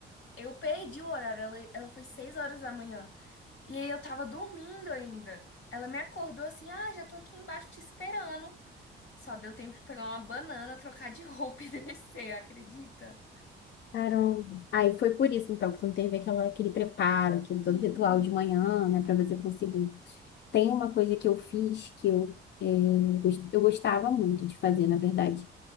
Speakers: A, on the left; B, on the left.
A: Eu perdi o horário, ela, ela foi seis horas da manhã. E aí eu tava dormindo ainda. Ela me acordou assim, ah, já tô aqui embaixo te esperando. Só deu tempo de pegar uma banana, <laughs> trocar de roupa <laughs> e descer, acredita?
B: Caramba. Aí foi por isso, então, que não teve aquela, aquele preparo, aquele todo
A: Sim,
B: ritual de manhã, né, para você conseguir. Tem
A: sim.
B: uma coisa que eu fiz que eu, eh, gos- eu gostava muito de fazer, na verdade.